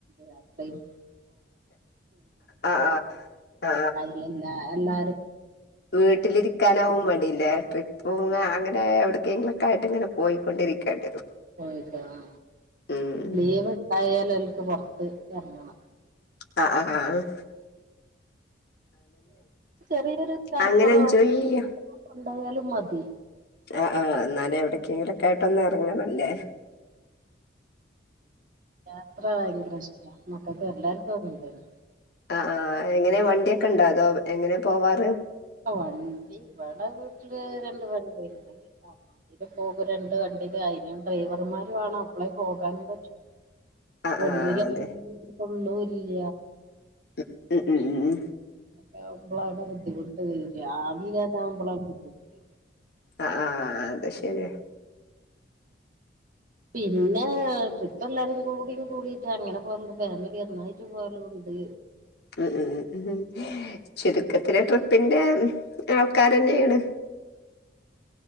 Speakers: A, on the right; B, on the left.
A: യത്രയും
B: ആ ആ
A: അയിലെല്ലാ എല്ലാരും
B: വീട്ടിലിരിക്കാൻ മടില്ലേ ട്രിപ്പ്
A: ഉം
B: പോ അങ്ങനെ എവിടെ കുങ്ങളക്കായി <unintelligible> ട്ട് ഇങ്ങനെ പോയിക്കൊണ്ടരിക്കയാണ്
A: പോയി പോ ആ
B: ഉം
A: ലീവ് ഉണ്ടായാല <inaudible> ഇറങ്ങണം
B: ആ ആആ
A: ചെറിയൊരു കടപ്പുറംണ്ടായാലും
B: അങ്ങനെ എൻജോയ് ചെയ്യ
A: മതി
B: ആ ആഹ് എന്നാലേ എവിടക്കെങ്കിലും ഒക്കെ ആയിട്ടൊന്നന്ന് ഇറങ്ങണല്ലേ
A: യാത്ര വാങ്ങ- പ്രശ്നം മക്കൾക്ക് എല്ലാർക്കും അത് ഉണ്ടല്ലോ
B: ആ ആ എങ്ങനെ വണ്ടിയൊക്കെ ഉണ്ടാതോ എങ്ങനെ പോവാറ്
A: വണ്ടിഇവടെ വീട്ടില് രണ്ട് വണ്ടി അതില് പോകും രണ്ട് കണ്ടില് അതി ഡ്രൈവർമാരും ആണ അപ്പളേ പോകാനും പറ്റുള്ളൂ
B: ആഹ്
A: ഒന്നില്
B: ആഹ് അതെ
A: കൊള്ളൂല ഇല്ല
B: ഉം ഉം ഉം ഉ
A: അങ്ങനെ ആവുമ്പോളാ ബുദ്ധിമുട്ട് രാവിലെ ആവുമ്പോളാ ബുദ്ധിമുട്ട്
B: ആഹ് ആഹ് അത് ശരിയ
A: പിന്നെ ട്രിപ്പ് എല്ലാരും കൂടിയും കൂടിട്ട് അങ്ങനെ പോലണ്ട് ഫാമിലി ഒന്നായിട്ട് പോലും ഉണ്ട്
B: ഉം ഉം ഉ ഉം ഉ ശരി ഒക്കെ ട്രിപ്പിന്റെ ആൾക്കാാര തന്നെയാണ്